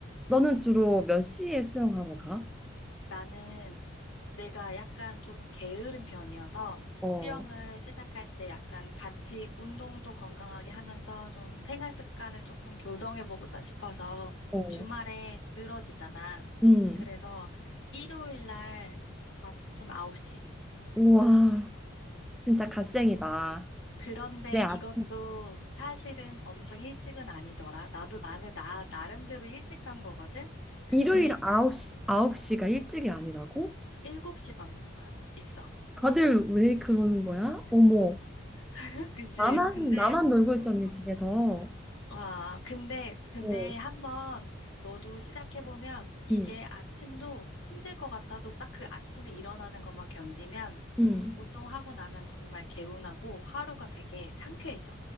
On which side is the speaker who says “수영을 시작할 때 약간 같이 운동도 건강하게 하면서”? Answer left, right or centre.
Left